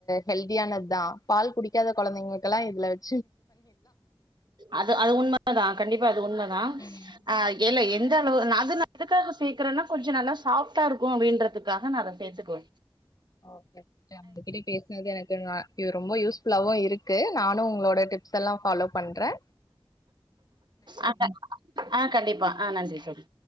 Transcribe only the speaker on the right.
அது அது உண்ம தா கண்டிப் து உண்மதா
அ ஏல எ இந்த அளவு ந அது ந எதுக்காக சேக்குறன்னா கொஞ்ச நல்லா சாஃப்ட்டாருக்கு அப்டின்றதுக்காக நா அத சேத்துக்குவ
அந்த அ கண்டிப்பா அ நன்றி சரி